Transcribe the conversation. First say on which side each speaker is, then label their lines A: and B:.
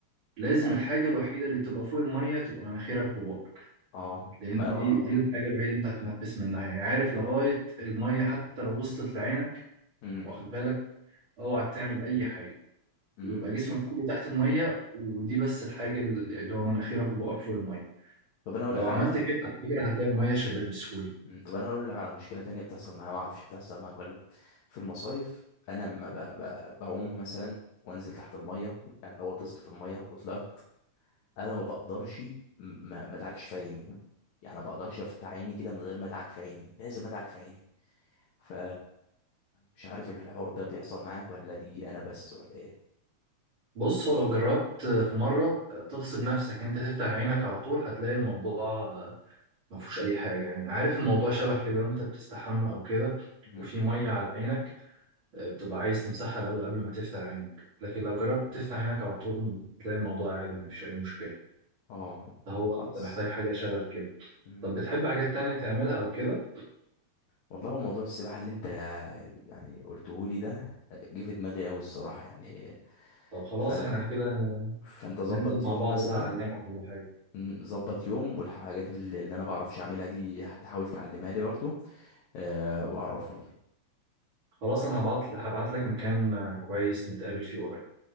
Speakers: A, on the right; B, on the left.
A: لازم
B: ف-
A: الحاجه الوحيده اللي تبقى فوق الميه تبقى مناخيرك وبقك
B: اه
A: لان
B: ما
A: دي
B: ما-
A: دي الحاجه الوحيده اللي انت هتتنفس منها يعني عارف لغايه الميه حتى لو وصلت لعينك
B: مم.
A: واخد بالك اوعى تعمل اي حاجه
B: مم.
A: ويبقى جسمك كله تحت الميه ودي بس الحاجه اللي هو مناخيرك وبقك فوق الميه
B: طب انا اقول
A: لو
B: لك
A: عملت
B: على
A: كده على فكرة هتلاقي المية شايلاك بسهولة
B: مم، طب انا هقول لك على مشكله تانية بتحصل معايا ما اعرفش بتحصل معايا ولا لأ. في المصايف انا لما ب... ب... بعوم مثلا وانزل تحت الميه يعني لو غطست في الميه وطلعت انا ما بقدرش ما, ما ادعكش في عيني يعني ما بقدرش افتح عيني كده من غير ما ادعك في عيني لازم ادعك في عيني ف مش عارف الحوار ده بيحصل معاك ولا دي انا بس ولا ايه
A: بص هو لو جربت في مرة تغصب نفسك إن انت تفتح عينك على طول هتلاقي الموضوع ما فيهوش اي حاجة يعني عارف الموضوع شبه كده وانت بتستحمى او كده
B: مم.
A: وفي مية على عينك بتبقى عايز تمسحها الاول قبل ما تفتح عينك لكن لو جربت تفتح عينك على طول تلاقي الموضوع عادي ما فيش اي مشكلة
B: اه
A: فهو
B: خلاص
A: انت محتاج حاجة شبه كده
B: مم.
A: طب بتحب حاجات تانية تعملها او كده
B: والله هو موضوع السباحة اللي انت يعني قلته لي ده جه في دماغي اوي الصراحة يعني
A: طب خلاص
B: فانا
A: احنا كده
B: فانت ظبط
A: ننزل مع
B: يوم
A: بعض
B: مثلا
A: بقى اعلمك كل حاجة
B: مم، ظبط يوم والحاجات اللي اللي انا بعرفش اعملها دي هتحاول تعلمها لي برضو أه وعرفني
A: خلاص انا هبعت هبعت لك مكان آه، كويس نتقابل فيه قريب